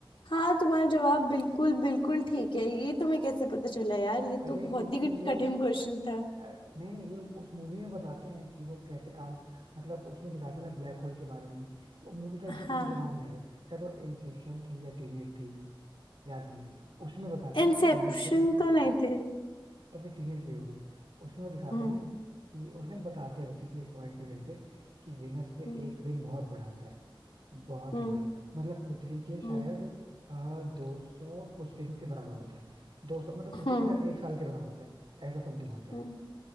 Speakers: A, on the left (about 80°); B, on the right (about 85°).
A: हाँ, तुम्हारा जवाब बिल्कुल बिल्कुल ठीक है ये तुम्हें कैसे पता चला यार ये
B: अरे
A: तो
B: क्योंकि
A: बहुत ही
B: वो
A: कठिन क्वेश्चन था
B: अ, नहीं नहीं ये उस मूवी में बताते हैं कि वो कैसे काम मतलब उसमें दिखाते हैं ना ब्लैक होल के बारे में वो मूवी का एग्जैक्टली
A: हाँ
B: मुझे नाम नहीं याद है शायद वो इंसेप्शन थी या टीनेट थी याद नहीं है उसमें बताते हैं
A: इंसेप्शन
B: कि वीनस पे ना
A: तो नहीं थे
B: तो फिर टीनेट भी होगी उसमें वो दिखाते
A: हम्म
B: हैं कि उसमें बताते हैं बेसिकली एक पॉइंट पे कहीं पे कि वीनस पे
A: हम्म
B: एक दिन बहुत बड़ा होता है बहुत
A: हम्म
B: ही बड़ा मतलब पृथ्वी के
A: हम्म
B: शायद आ, दो सौ कुछ दिन के बराबर होता है दो सौ मतलब पृथ्वी
A: हम्म
B: के शायद एक साल के बराबर होता है ऐसा समथिंग होता है
A: हम्म